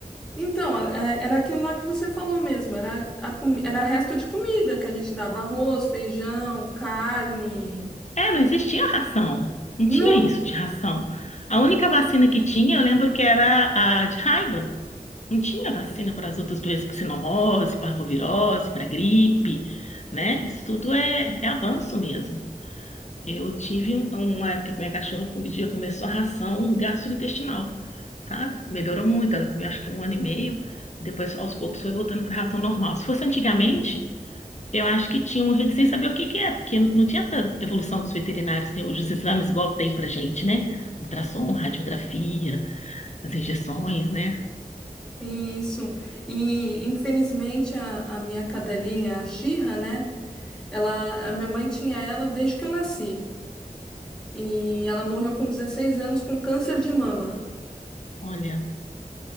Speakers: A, in the centre; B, on the left (about 50°).
A: Então, a- é- era aquilo lá que você falou mesmo, era, a, comi- era resto de comida que a gente dava arroz, feijão, carne.
B: É, não existia ração. Não
A: Não,
B: tinha isso de ração. A única vacina que tinha, eu lembro que era a de raiva. Não tinha vacina para as outras doenças, para cinomose, parvovirose, para gripe, né? Isso tudo é, é avanço mesmo. Eu tive um- uma época que minha cachorra um dia começou a ração gastrointestinal, sabe? Melhorou muito, ela comeu acho que um ano e meio, depois aos poucos foi voltando para a ração normal. Se fosse antigamente, eu acho que tinha morrido sem saber o que que é, porque não tinha essa evolução dos veterinários, tem hoje os exames igual tem pra gente, né? Ultrassom, radiografia, as injeções, né?
A: isso. E infelizmente a, a minha cadelinha, a Shira, né, ela, a minha mãe tinha ela desde que eu nasci. E ela morreu com 16 anos com câncer de mama.
B: Olha.